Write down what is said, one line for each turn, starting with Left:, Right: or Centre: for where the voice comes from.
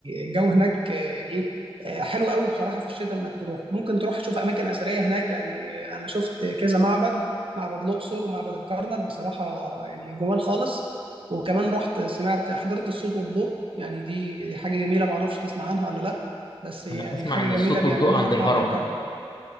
Right: الجو هناك آه، يعني ايه آه، حلو قوي بصراحه في الشتاء انك تروح ممكن تروح تشوف اماكن اثريه هناك يعني آه، انا شفت كذا معبد معبد الاقصر ومعبد الكرنك بصراحه يعني جمال خالص وكمان رحت سمعت حضرت الصوت والضوء يعني دي دي حاجه جميله ما اعرفش تسمع عنها ولا لا بس هي
Left: انا
Right: يعني
Left: اسمع
Right: حاجه
Left: ان
Right: جميله
Left: الصوت
Right: بيعملوها
Left: والضوء عند
Right: في
Left: الهرم
Right: معبد الكرنك